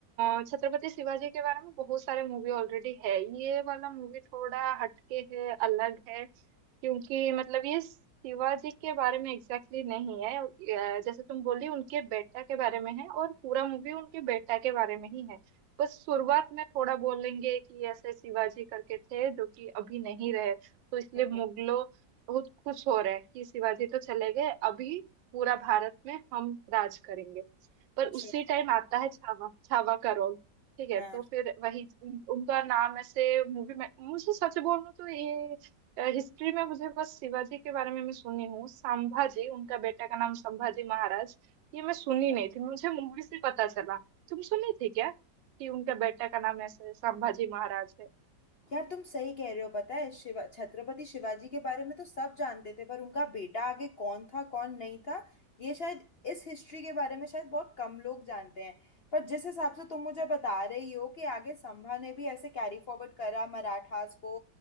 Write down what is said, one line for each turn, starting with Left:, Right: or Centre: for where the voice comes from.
Right: अ, छत्रपति शिवाजी के बारे में बहुत सारे मूवी ऑलरेडी है ये वाला मूवी थोड़ा हटके है अलग है क्योंकि मतलब ये शिवाजी के बारे में एग्जैक्टली exactly नहीं है अ, जैसे तुम बोली उनके बेटा के बारे में है और पूरा मूवी उनके बेटा के बारे में ही है बस शुरुआत में थोड़ा बोलेंगे कि ऐसे शिवाजी करके थे जो कि अभी नहीं रहे तो इसलिए
Left: हम्म,
Right: मुगलों बहुत खुश हो रहे हैं कि शिवाजी तो चले गए अभी पूरा भारत में हम राज करेंगे पर
Left: अच्छा
Right: उसी टाइम आता है छावा छावा का रोल ठीक है
Left: हाँ
Right: तो फिर वही उन- उनका नाम ऐसे मूवी में मुझे सच बोलूं तो ये हिस्ट्री में मुझे बस शिवाजी के बारे में मैं सुनी हूँ संभाजी उनका बेटा का नाम संभाजी महाराज ये मैं सुनी
Left: अच्छा।
Right: नहीं थी मुझे मूवी से पता चला तुम सुनी थी क्या कि उनका बेटा का नाम ऐसे संभाजी महाराज है
Left: यार तुम सही कह रहे हो पता है शिवा छत्रपति शिवाजी के बारे में तो सब जानते थे पर उनका बेटा आगे कौन था कौन नहीं था ये शायद इस हिस्ट्री के बारे में शायद बहुत कम लोग जानते हैं पर जिस हिसाब से तुम मुझे बता रही हो कि आगे संभा ने भी ऐसे कैरी फॉरवर्ड करा मराठास को